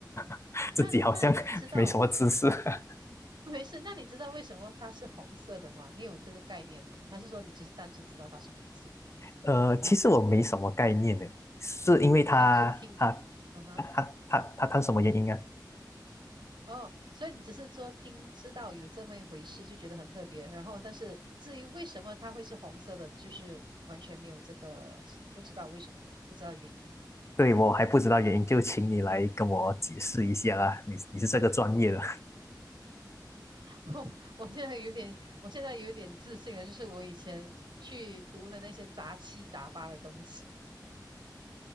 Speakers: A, on the left; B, on the right.
A: <laughs>
B: 那那你知道？
A: 自己好像没什么知识。<laughs>
B: 没事，那你知道为什么它是红色的吗？你有这个概念吗？还是说你只是单纯知道它是红色？
A: 呃，其实我没什么概念呢，是因为他他
B: 啊，是听，啊哈。
A: 他他他他他什么原因啊？
B: 哦，所以你只是说听知道有这么一回事，就觉得很特别。然后，但是至于为什么它会是红色的，你就是完全没有这个不知道为什么，不知道原因。
A: 对，我还不知道原因，就请你来跟我解释一下啦。你你是这个专业的，
B: <laughs> 我现在有点，我现在有点自信了，就是我以前去读的那些杂七杂八的东西，